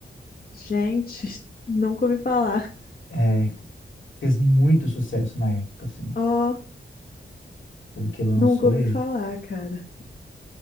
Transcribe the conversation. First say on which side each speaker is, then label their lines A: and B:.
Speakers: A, on the left; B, on the left.
A: gente, <laughs> nunca ouvi falar.
B: É, fez muito sucesso na época, assim,
A: Ó,
B: foi o que lançou
A: nunca ouvi
B: ele.
A: falar, cara.